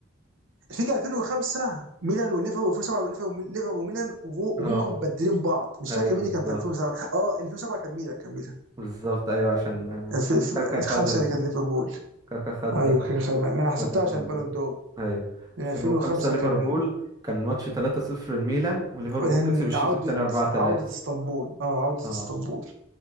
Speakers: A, on the right (about 70°); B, on the right (about 20°).
A: فيجي 2005 ميلان وليفر و2007 وليفر وليفر ليفر وميلان وهو-
B: اه
A: وهم مبدلين بعض مش
B: أيوه
A: فاكر مين
B: بالظبط
A: اللي كان في 2007 اه 2007 كان ميلان كان ميلان
B: بالظبط أيوه عشان آه،
A: الف- الف-
B: كاكا خدها
A: الخمسه اللي كانت ليفربول
B: كاكا خد
A: ايوه
B: دوري-
A: كان- كان- ما ما انا حسبتها
B: خد البالون
A: عشان البالون
B: دور
A: دور
B: ايوه
A: لان
B: 2005
A: 2005
B: ليفربول
A: كان
B: كان ماتش 3-0 الميلان وليفربول
A: وبعدين
B: كسب الشوط
A: عوده
B: التاني 4-3
A: عوده اسطنبول اه عوده
B: اه
A: اسطنبول